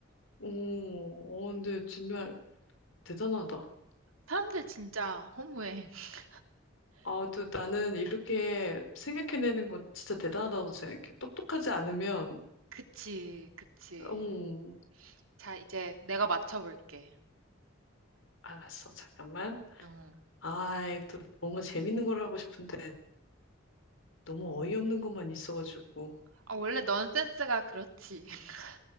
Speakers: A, on the left (about 75°); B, on the right (about 85°).
A: 오, 어, 근데 정말 대단하다.
B: 사람들 진짜 허무해. <laughs>
A: 아, 또 나는 이렇게 생각해내는 거 진짜 대단하다고 생각해. 똑똑하지 않으면,
B: 그치, 그치.
A: 음,
B: 자, 이제 내가
A: 어,
B: 맞춰볼게.
A: 알았어. 잠깐만.
B: 어.
A: 아이, 또 뭔가 재밌는 걸 하고 싶은데 너무 어이없는 것만 있어가지고.
B: 아, 원래 넌 센스가 그렇지. <laughs>